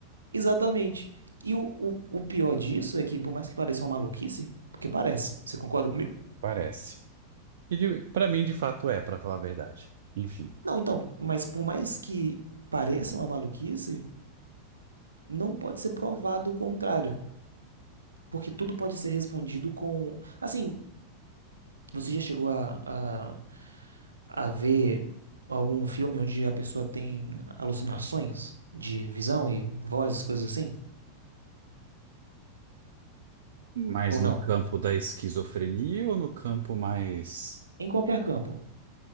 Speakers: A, on the right; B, on the right.
A: exatamente. E o, o, o pior disso é que, por mais que pareça uma maluquice, porque parece, você concorda comigo?
B: Parece. E para mim, de fato, é, para falar a verdade. Enfim.
A: Não, então, mas por mais que pareça uma maluquice, não pode ser provado o contrário. Porque tudo pode ser respondido com. Assim, Você já chegou a, a, a ver algum filme onde a pessoa tem alucinações de visão e voz, essas coisas assim?
B: Mais
A: Ou
B: no
A: não?
B: campo da esquizofrenia ou no campo mais.
A: Em qualquer campo.